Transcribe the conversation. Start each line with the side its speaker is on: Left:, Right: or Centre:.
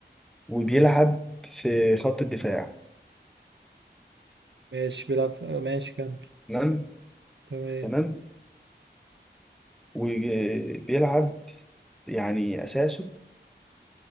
Centre: وبيلعب في خط الدفاع
Right: ماشي بيلعب في- آه، ماشي كمل
Centre: تمام
Right: تمام
Centre: تمام وبيلعب يعني اساسه